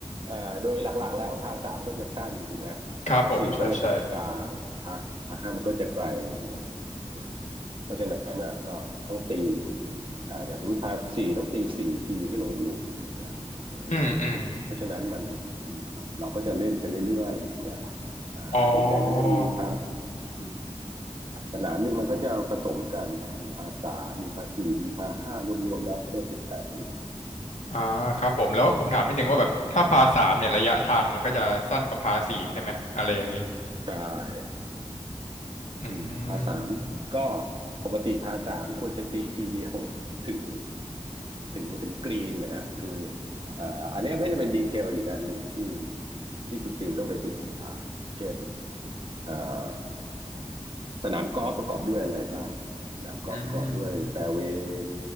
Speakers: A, on the right; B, on the left.
A: เอ่อโดยหลักๆแล้วผาสามก็จะสั้นถูกไหม
B: ครับผมใช่ใช่
A: ผาสี่ก็จะกลางๆผาผาห้ามันก็จะไกลถูกป่ะอืมเพราะฉะนั้นน่ะก็ต้องตีอ่าอย่างสมมติผาสี่ต้องตีสี่ทีให้ลงหลุมอย่างเงี้ยอืม
B: อืมอืม
A: เพราะฉะนั้นมันอืมเราก็จะเล่นไปเรื่อยๆอย่างเงี้ยอ่าส่วนใหญ่ก็จะมีพา
B: อ๋อ
A: อืมสนามหนึ่งมันก็จะผสมกันมีพาสามมีพาสี่มีพาห้ารวมๆแล้วให้ได้สิบแปดหลุม
B: อ่าครับผมแล้วผมถามนิดนึงว่าแบบถ้าพาสามเนี่ยระยะทางมันก็จะสั้นกว่าพาสี่ใช่ไหมอะไรอย่างนี้
A: ใช่
B: อื
A: อืมพาร์ทสามก็
B: ม
A: ปกติพาร์ทสามควรจะตีทีเดียวถึงถึงถึงกรีนนะนะคือเอ่ออันเนี้ยก็จะเป็นดีเทลอีกอันหนึ่งที่ที่คุณฟิลต้องไปศึกษาเช่นเอ่อสนามกอล์ฟประกอบด้วยอะไรบ้างสนามกอล์ฟประกอบด้วยแฟร์เวย์
B: อืม